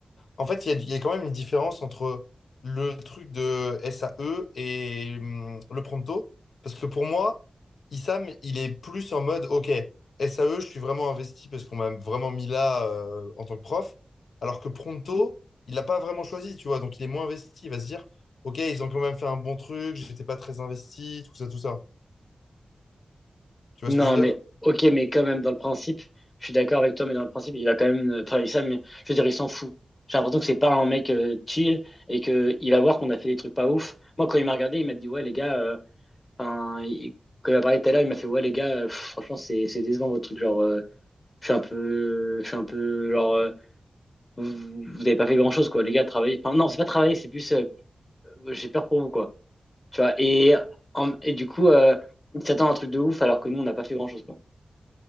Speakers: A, on the left; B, on the left.
A: en fait, il y a, il y a quand même une différence entre le truc de SAE et hum, le Pronto. Parce que pour moi, Issam, il est plus en mode, OK, SAE, je suis vraiment investi parce qu'on m'a vraiment mis là euh, en tant que prof. Alors que Pronto, il n'a pas vraiment choisi, tu vois. Donc, il est moins investi. Il va se dire, OK, ils ont quand même fait un bon truc, j'étais pas très investi, tout ça, tout ça. Tu
B: Non,
A: vois ce que je veux dire?
B: mais ok, mais quand même, dans le principe, je suis d'accord avec toi, mais dans le principe, il a quand même euh, travaillé ça, mais je veux dire, il s'en fout. J'ai l'impression que c'est pas un mec euh, chill et que il va voir qu'on a fait des trucs pas ouf. Moi, quand il m'a regardé, il m'a dit, ouais, les gars, euh, enfin, il- quand il m'a parlé tout à l'heure, il m'a fait, ouais, les gars, euh, pff, franchement, c'est c'est décevant votre truc. Genre, euh, je suis un peu, je suis un peu, genre, euh, vous, vous avez pas fait grand-chose, quoi, les gars, travailler. Enfin, non, c'est pas travailler, c'est plus, euh, j'ai peur pour vous, quoi. Tu vois, et, en- et du coup, euh, il s'attend à un truc de ouf alors que nous, on n'a pas fait grand-chose, quoi.